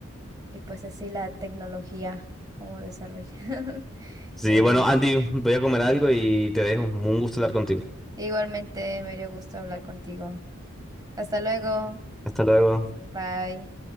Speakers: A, on the right; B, in the centre.
A: y pues así la tecnología, cómo desarrolla. <laughs>
B: Sí,
A: Y bueno.
B: bueno, Andy, voy a comer algo y te dejo. Un gusto hablar contigo.
A: Igualmente me dio gusto hablar contigo. Hasta luego.
B: Hasta luego.
A: Bye.